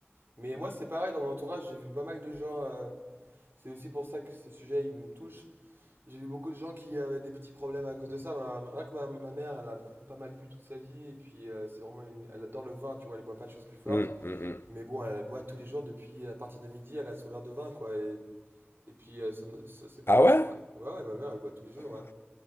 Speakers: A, on the right (about 60°); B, on the left (about 65°).
A: Mais moi, c'est pareil, dans mon entourage, j'ai vu pas mal de gens... euh, C'est aussi pour ça que ce sujet, il me touche. J'ai vu beaucoup de gens qui avaient des petits problèmes à cause de ça. Ma, rien que ma, ma mère, elle a pas mal bu toute sa vie. Et puis, euh, c'est vraiment une. Elle adore le vin, tu vois. Elle boit pas de choses plus fortes.
B: Hum, hum, hum.
A: Mais bon, elle boit tous les jours depuis. À partir de midi, elle a son verre de vin, quoi. Et, et puis, euh, ça, ne- ça, c'est pas,
B: Ah ouais?
A: c'est pas. Ouais, ouais, ma mère, elle boit tous les jours, ouais.